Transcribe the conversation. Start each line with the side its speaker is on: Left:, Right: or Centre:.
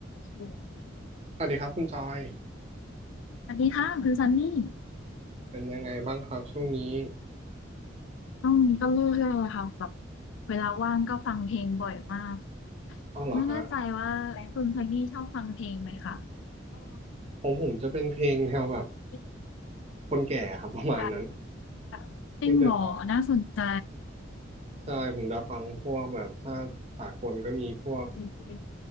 Left: ส
Right: สวัสดีครับคุณจอย
Left: วัสดีค่ะคือซันนี่
Right: เป็นยังไงบ้างครับช่วงนี้
Left: ช่วงนี้ก็เรื่อยๆเลยค่ะแบบเวลาว่างก็ฟังเพลงบ่อยมาก
Right: อ๋อเหรอฮะ
Left: ไม่แน่ใจว่าคุณซันนี่ชอบฟังเพลงไหมคะก็
Right: ผมผมจะเป็นเพลงแนวแบบ
Left: อีก
Right: คนแก่ครับ
Left: เพลงไกด์
Right: <laughs> ประมาณนั้น
Left: สามจริงเหรอน่าสนใจ
Right: ที่จะชอบใช่ผมจะฟังพวกแบบถ้าสากลก็มีพวก
Left: งเพลง